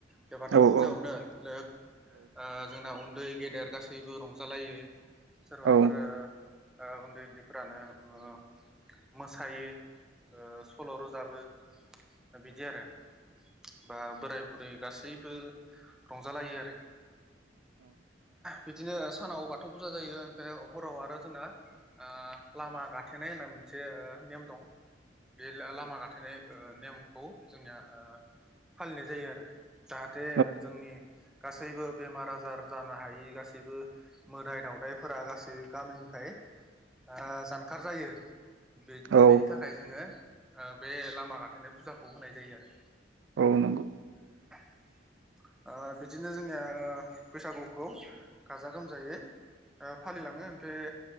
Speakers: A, in the centre; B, on the right.
A: बे बाथौ
B: औ
A: फुजायावनो
B: औ
A: लोग ओ जोंना उन दै गेदेर गासैबो रंजालायो सोरबाफोर
B: औ
A: ओ उन्दै उन्दैफोरानो ओ मोसायो ओ सल' रोजाबो बिदि आरो बा बोराय बुरै गासैबो बयबो रंजालायो आरो बिदिनो सानाव बाथौ फुजा जायो। फाय हराव आरो जोंना ओ लामा गा मोनसे नेम दं। बे ला-लामा गाथेनाय ओ नेमखौ जोंनिया ओ फालिनाय जायो आरो जाहाथे
B: औ
A: जोंनि गासैबो बेमार आजार जानो हायि गासैबो मोदाय दावदायफोरा गासै गामिनिफ्राय ओ जान खारजायो बे-बेनि
B: औ
A: थाखाय जोङो। ओ बे लामा गाथेनाय फुजाखौ होनाय जायो आरो
B: औ नंगौ
A: ओ बिदिनो जोंनिया ओ बैसागुखौ गाजा गोमजायै ओ फालिलाङो ओमफ्राय